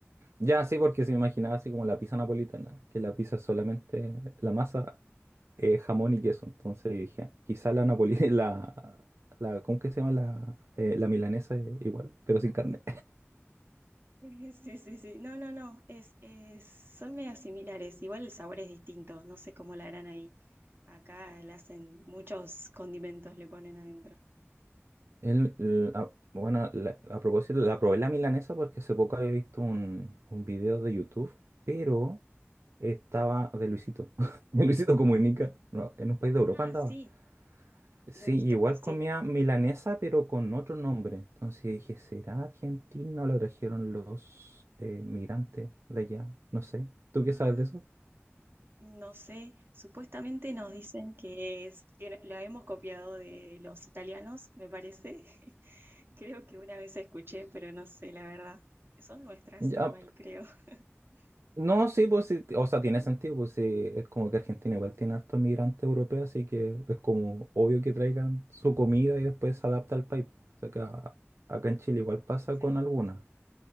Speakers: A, on the right; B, on the right.
A: Ya, sí, porque se me imaginaba así como la pizza napolitana, que la pizza es solamente la masa eh, jamón y queso. Entonces dije, "Ah, quizá la napolitana, <laughs> la, la, ¿cómo que se llama? La, eh, la milanesa es igual, pero sin carne.
B: <laughs> Sí, sí, sí. No, no, no. Es, es- son medias similares. Igual el sabor es distinto. No sé cómo la harán ahí. Acá le hacen muchos condimentos, le ponen adentro.
A: El- el- a- bueno, la- a propósito, la probé la milanesa porque hace poco había visto un, un video de YouTube, pero estaba de Luisito, <laughs> de Luisito Comunica, no, en un país de Europa
B: Ah,
A: andaba.
B: sí,
A: Sí,
B: lo he visto,
A: igual
B: sí.
A: comía milanesa, pero con otro nombre. Entonces yo dije, ¿será Argentina o la trajeron los eh, migrantes de allá? No sé. ¿Tú qué
B: Ah,
A: sabes de eso?
B: no sé. Supuestamente nos dicen que es, que lo hemos copiado de los italianos, me parece. <laughs> Creo que una vez escuché, pero no sé, la verdad. Son nuestras,
A: Ya,
B: igual
A: p-
B: creo. <laughs>
A: no, sí, pues sí, o sea, tiene sentido, pues sí, es como que Argentina igual tiene harto migrante europeo, así que es como obvio que traigan su comida y después se adapta al país. pues. O sea, acá, acá en Chile igual pasa
B: Sí.
A: con algunas.